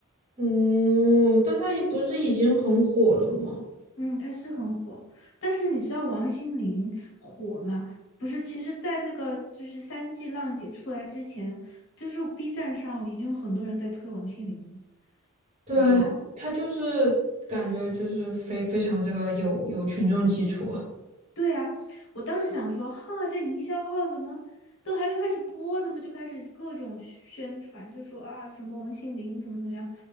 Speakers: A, on the right; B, on the left.
A: 嗯，但她也不是已经很火了吗？
B: 嗯，他是很火，但是你知道王心凌火吗？不是，其实，在那个就是三 G 浪姐出来之前，就是 B 站上已经有很多人在推王心凌了，
A: 对啊，
B: 你知道吗？
A: 她她就是感觉就是非非常这个有有群众基础啊
B: 对呀，我当时想说，哈，这营销号怎么都还没开始播，怎么就开始各种宣传，就说啊什么王心凌怎么怎么样，